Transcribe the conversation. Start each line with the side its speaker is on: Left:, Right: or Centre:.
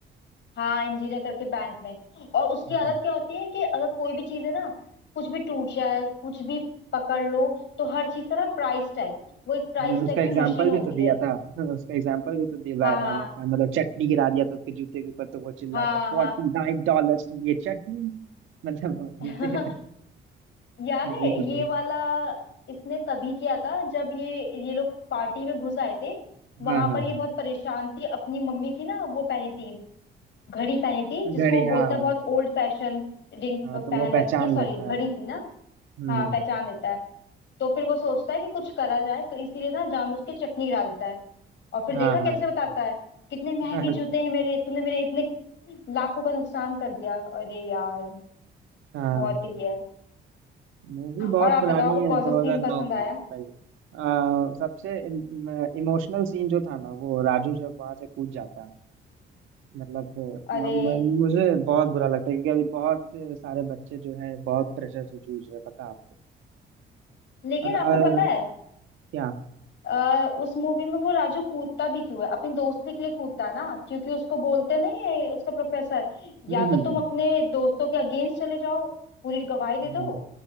Left: हाँ इंजीनियर करके बैंक में और उसकी
Right: हाँ।
Left: आदत क्या होती है कि अगर कोई भी चीज है ना कुछ भी टूट जाए कुछ भी पकड़ लो तो हर चीज का ना प्राइस टैग वो एक प्राइस
Right: हम्म, उसका
Left: टैग
Right: एग्जाम्पल
Left: की मशीन होती
Right: भी तो दिया
Left: है
Right: था <laughs> उसका एग्जाम्पल भी तो दिलवाया
Left: हाँ
Right: था
Left: हाँ
Right: आमिर खान मतलब चटनी गिरा दिया था उसके जूते के ऊपर तो वो चिल्ला
Left: हाँ
Right: था फोर्टी
Left: हाँ
Right: नाइन डॉलर की ये चटनी <laughs> मतलब वो
Left: <laughs>
Right: जूते <laughs>
Left: याद
Right: ऐसे
Left: है
Right: ही कुछ
Left: ये
Right: कुछ
Left: वाला इसने तभी किया था जब ये ये लोग पार्टी में घुस आए थे वहां
Right: हाँ हाँ
Left: पर ये बहुत परेशान थी अपनी मम्मी की ना वो पहनी थी घड़ी पहनी थी
Right: हाँ
Left: जिसको
Right: घड़ी
Left: वो बोलता
Right: हाँ हाँ
Left: है बहुत ओल्ड फैशन रिंग
Right: हाँ,
Left: पहन
Right: तो वो पहचान
Left: रखी है सॉरी
Right: लेता
Left: घड़ी
Right: है
Left: थी ना
Right: हम्म
Left: हाँ पहचान लेता है तो फिर वो सोचता है कि कुछ करा जाए तो इसीलिए ना जामुन की चटनी गिरा देता है और फिर
Right: हाँ
Left: देखा कैसे
Right: हाँ
Left: बताता है कितने महंगे
Right: <laughs>
Left: जूते हैं मेरे तुमने मेरे इतने लाखों का नुकसान कर दिया अरे यार
Right: हाँ
Left: बहुत ही है
Right: मूवी बहुत
Left: और आप
Right: पुरानी
Left: बताओ आपको
Right: है
Left: कौन
Right: 2009
Left: सा सीन पसंद
Right: की
Left: आया
Right: सही है। आ, सबसे इमोशनल सीन जो था ना वो राजू जब वहां से कूद जाता है मतलब म,
Left: अरे
Right: म, मुझे बहुत बुरा लगता है क्योंकि अभी बहुत सारे बच्चे जो हैं बहुत प्रेशर से जूझ रहे हैं पता है आपको
Left: लेकिन
Right: और
Left: आपको
Right: और
Left: पता है
Right: क्या
Left: आ, उस मूवी में वो राजू कूदता भी क्यों है अपनी दोस्ती के लिए कूदता है ना क्योंकि उसको बोलते नहीं है उसका प्रोफेसर
Right: हम्म
Left: या
Right: हम्म
Left: तो तुम अपने दोस्तों के अगेंस्ट चले जाओ पूरी गवाही दे
Right: हम्म
Left: दो